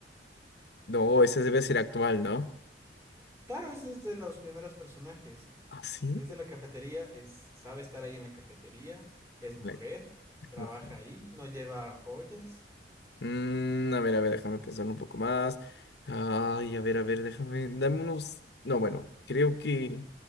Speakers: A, on the left; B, on the right.
A: No,
B: Adivina.
A: ese debe ser actual, ¿no?
B: Claro, es es de los primeros personajes.
A: ¿Ah, sí?
B: Es de la cafetería, es, sabe estar ahí en la cafetería, es mujer,
A: Le-
B: trabaja
A: mujer.
B: ahí, no lleva joyas.
A: Mm, a ver, a ver, déjame pensar un poco más. Ay, a ver, a ver, déjame. Dame unos. No, bueno, creo que.